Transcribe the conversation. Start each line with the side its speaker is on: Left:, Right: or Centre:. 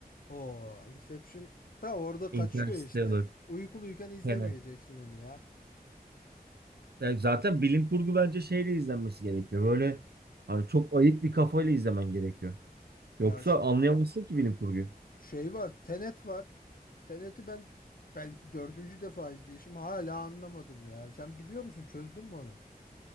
Left: O, Inception da orada
Right: Interstellar.
Left: kaçıyor işte. Uykuluyken izlemeyeceksin
Right: Tenet.
Left: onu ya.
Right: Yani zaten bilim kurgu bence şeyle izlenmesi gerekiyor. Böyle hani çok ayık bir kafayla izlemen gerekiyor.
Left: Ya
Right: Yoksa
Left: ş-
Right: anlayamazsın ki bilim kurguyu.
Left: şey var, Tenet var. Tenet'i ben belki dördüncü defa izleyişim hala anlamadım ya. Sen biliyor musun? Çözdün mü onu?